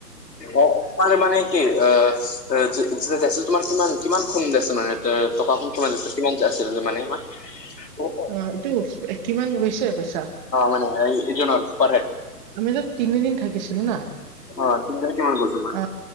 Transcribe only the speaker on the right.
অ এইটো কিমান গৈছে পইচা?
আমিটো তিনিদিন থাকিছিলো না।
অ